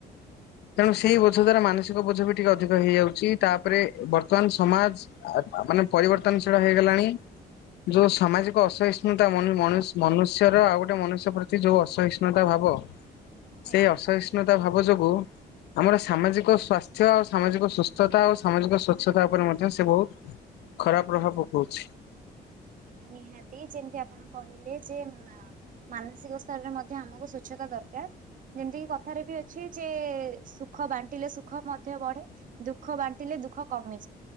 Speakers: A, on the left; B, on the right.
A: ତେଣୁ ସେଇ ବୋଝ ଦ୍ଵାରା ମାନସିକ ବୋଝ ବି ଟିକେ ଅଧିକ ହେଇଯାଉଛି ତାପରେ ବର୍ତ୍ତମାନ ସମାଜ ଆ ମାନେ ପରିବର୍ତ୍ତନ ସେଟା ହେଇଗଲାଣି। ଯୋଉ ସାମାଜିକ ଅସହିଷ୍ଣୁତା ମନୁଷ୍ୟର ଆଉ ଗୋଟେ ମନୁଷ୍ୟ ପ୍ରତି ଯୋଉ ଅସହିଷ୍ଣୁତା ଭାବ ସେଇ
B: ଆଜ୍ଞା
A: ଅସହିଷ୍ଣୁତା ଭାବ ଯୋଗୁ ଆମର ସାମାଜିକ ସ୍ୱାସ୍ଥ୍ୟ ସ ଆଉ ସାମାଜିକ ସୁସ୍ଥତା ଆଉ ସାମାଜିକ ସ୍ୱଚ୍ଛତା ଉପରେ ମଧ୍ୟ ସେ ବହୁତ ଖରାପ ପ୍ରଭାବ ପକଉଛି।
B: ନିହାତି ଯେମିତି ଆପଣ କହିଲେ ଯେ ମାନସିକ ସ୍ତରରେ ମଧ୍ୟ ଆମକୁ ସ୍ୱଚ୍ଛତା ଦରକାର। ଯେମିତିକି କଥାରେ ବି ଅଛି ଯେ ସୁଖ ବାଣ୍ଟିଲେ ସୁଖ ମଧ୍ୟ ବଢ଼େ। ଦୁଃଖ ବାଣ୍ଟିିଲ ଦୁଃଖ କମେ।